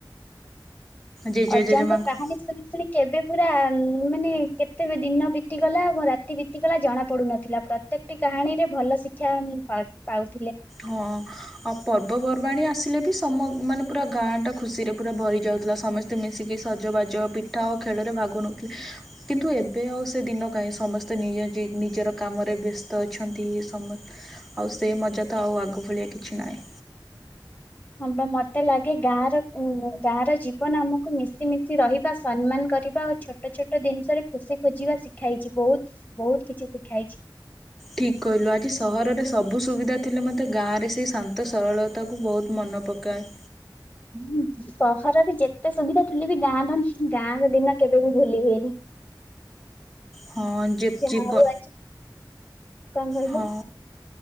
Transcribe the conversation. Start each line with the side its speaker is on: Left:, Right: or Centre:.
Centre: ଜେଜେ
Left: ଅଜାଙ୍କ
Centre: ଜେଜେମାଆଙ୍କୁ
Left: କାହାଣୀ ଶୁଣି ଶୁଣି କେବେ ପୁରା, ମାନେ କେତେ ବି ଦିନ ବିତିଗଲା, ଆଉ କଣ ରାତି ବିତିଗଲା, ଜଣା ପଡୁନଥିଲା। ପ୍ରତ୍ୟେକଟି କାହାଣୀରେ ଭଲ ଶିକ୍ଷା ଆମେ ପାଉ-ପାଉ।
Centre: ହଁ, ଆଉ ପର୍ବପର୍ବାଣି ଆସିଲେ ବି ସ ସମ ମାନେ ପୁରା ଗାଁଟା ଖୁସିରେ ପୁରା ଭରି ଯାଉଥିଲା। ସମସ୍ତେ ମିଶିକି ସଜବାଜ, ପିଠା ଆଉ ଖେଳରେ ଭାଗ ନଉଥିଲେ। କିନ୍ତୁ ଏବେ ଆଉ ସେ ଦିନ କାହିଁ, ସମସ୍ତେ ନିୟଜି ନିଜର କାମରେ ବ୍ୟସ୍ତ ଅଛନ୍ତି, ସମ ଆଉ ସେ ମଜା ତ ଆଉ ଆଗଭଳିଆ କିଛି ନାହିଁ।
Left: ହଁ ବା, ମତେ ଲାଗେ ଗାଁଆର ଉମ୍ ଗାଁଆର ଜୀବନ ଆମକୁ ମିଶି ମିଶି ରହିବା, ସମ୍ମାନ କରିବା ଓ ଛୋଟ ଛୋଟ ଦିନିଷରେ ଖୁସି ଖୋଜିବା ଶିଖାଇଛି। ବହୁତ ବହୁତ କିଛି ଶିଖାଇଛି।
Centre: ଠିକ କହିଲୁ, ଆଜି ସହରରେ ସବୁ ସୁବିଧା ଥିଲେ ମଧ୍ୟ ଗାଁଆରେ ସେଇ ଶାନ୍ତ ସରଳତାକୁୁ ବହୁତ ମନ ପକାଏ।
Left: ଉ ସହରରେ ଯେତେ ସୁବିଧା ଥିଲେ ବି, ଗାଁଆର ଗାଁଆର ଦିନ କେବେବି ଭୁଲି ହୁଏନି।
Centre: ହଁ ଯେ
Left: ଯାହା
Centre: ଜୀବନ,
Left: ହଉ ଆଜି କଣ କହିଲୁ
Centre: ହଁ।